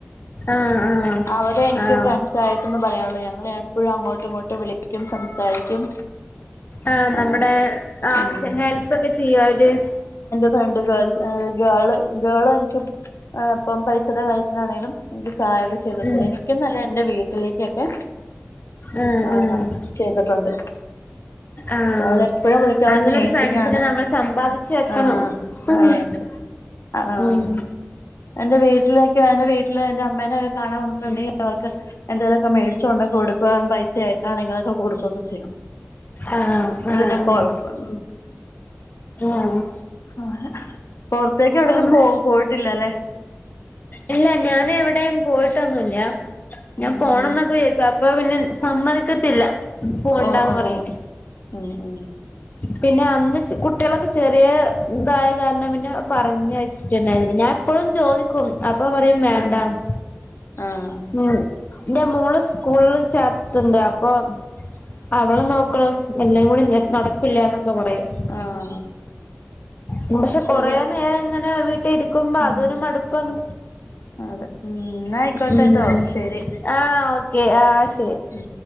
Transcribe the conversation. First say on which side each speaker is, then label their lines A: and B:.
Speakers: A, on the left; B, on the left.
A: ആഹ് ആഹ്
B: അവരെ എനിക്ക്
A: ആഹ്
B: ഫ്രണ്ട്സായിട്ടെന്ന് പറയാനുള്ളൂ ഞങ്ങളെപ്പോഴും അങ്ങോട്ടും ഇങ്ങോട്ടും വിളിക്കു ക്കും സംസാരിക്കും
A: ആഹ് നമ്മടെ
B: അങ്ങനെയൊക്കെ
A: ആവശ്യ
B: ഉം
A: ഹെൽപ്പൊക്കെ ചെയ്യോ അവര്
B: രണ്ട് ഗേൾ ഗേള് ഗേള് എനിക്കിപ ഇപ്പം പൈസയുടെ കാര്യത്തിനാണേലും ഇൻക്ക് സഹായൊക്കെ ചെയ്തിട്ടുണ്ട്
A: ഉം
B: എനിക്കെന്നല്ല എന്റെ വീട്ടിലേക്കൊക്കെ
A: ആഹ്
B: ആന്ന്
A: ആഹ്
B: ചെയ്തിട്ടുണ്ട്
A: ആഹ്
B: ഇപ്പം അവളെപ്പോഴും വിളിക്കും അവള്
A: അങ്ങനൊരു
B: നേഴ്സിങ്ങാണ്
A: ഫ്രണ്ട്സിനെ നമ്മൾ സമ്പാദിച്ച് വെക്കണം
B: ആഹ്
A: ഉം
B: അതെപോലെ ആഹ്
A: ഉം
B: എന്റെ വീട്ടിലേക്കോ എന്റെ വീട്ടില് എന്റെ അമ്മേനെ ഒക്കെ കാണാൻ <unintelligible> അവർക്ക് എന്തേലൊക്കെ മേടിച്ചുകൊണ്ട് കൊടുക്കുവാ പൈസ ആയിട്ടാണെങ്കിലൊക്കെ കൊടുക്കൊക്കെ ചെയ്യും
A: ആഹ്
B: അതോണ്ട്
A: ആഹ്
B: പിന്നെ
A: ആഹ്
B: കൊഴപ്പം
A: ആഹ്
B: ആഹേ പൊറത്തേക്ക് എവിടെലും
A: നമ്മള്
B: പോ പോയിട്ടില്ലല്ലെ
A: ഇല്ല ഞനെവിടെയും പോയിട്ടൊന്നുല്ല ഞാൻ
B: ഉം
A: പോണൊന്നൊക്കെ
B: ഉം
A: വിചാരിക്കും അ അപ്പ പിന്നെ സമ്മയ്ക്കത്തില്ല പോണ്ടാന്ന്
B: ഓ ഓ
A: പറയും
B: ഉം ഉം
A: പിന്നെ അന്ന് കുട്ട്യളൊക്കെ ചെറിയ ഇതായ കാരണം പിന്നെ പറഞ്ഞയച്ചിട്ടുണ്ടായിരുന്നല്ല ഞാൻ ഇപ്പഴും ചോദിക്കും അപ്പൊ പറയും വേണ്ടാന്ന്
B: ആഹ് ആഹ്
A: ഉം ന്റെ മോള് സ്കൂളില് ചേർത്തിട്ടുണ്ട് അപ്പൊ അവളെ നോക്കണം എല്ലാം കൂടി നക്ക് നടക്കൂല്ല എന്നൊക്കെ പറയും
B: ആഹ്
A: കൂടെ
B: അത്
A: ഷെ
B: ശരിയാ
A: കൊറേനേരങ്ങനെ വീട്ടിരി ക്കുമ്പോ
B: ഉം
A: അതൊരുമടുപ്പാണ്
B: അതെ ഉം എന്നാ ആയിക്കോട്ടെട്ടോ
A: ഉം
B: ശരി
A: ആഹ് ഓക്കേ ആഹ് ശെരി
B: ഉം